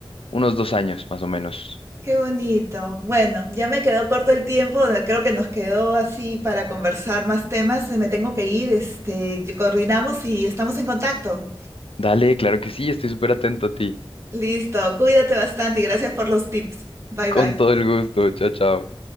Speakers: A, on the left; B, on the right.
A: unos dos años más o menos.
B: Qué bonito. Bueno, ya me quedó corto el tiempo, de- creo que nos quedó así para conversar más temas. eh, Me tengo que ir, este, y coordinamos y estamos en contacto.
A: Dale, claro que sí, estoy súper atento a ti.
B: Listo, cuídate bastante y gracias por los tips. Bye
A: Con
B: bye.
A: todo el gusto, chao, chao.